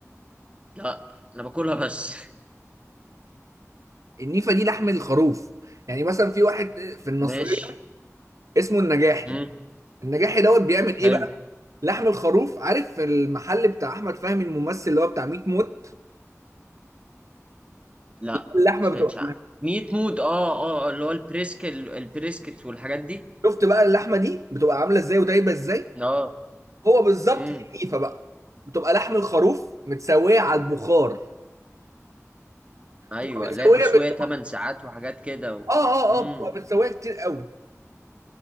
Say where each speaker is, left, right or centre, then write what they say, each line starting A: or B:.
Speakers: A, on the right; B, on the right.
A: لا أنا باكلها بس
B: النيفا دي لحم الخروف يعني مثلا في واحد في النصريه
A: ماشي
B: اسمه النجاحي
A: مم.
B: النجاحي دوت بيعمل ايه
A: حلو
B: بقى لحم الخروف عارف المحل بتاع احمد فهمي الممثل اللي هو بتاع 100 موت
A: لا
B: اللحمه
A: سمعتش
B: بتبقى
A: عنه ميت مود اه اه آه، اللي هو البريسك البريسكت والحاجات دي
B: شفت بقى اللحمه دي بتبقى عامله ازاي ودايبه ازاي
A: اه
B: هو بالظبط
A: امم
B: دي النيفه بقى بتبقى لحم الخروف متسويه على البخار
A: ايوه
B: بتبقى متسويه
A: لا تسوية
B: بت...
A: 8 ساعات وحاجات كده و...
B: اه اه
A: امم
B: اه بتبقى متسويه كتير قوي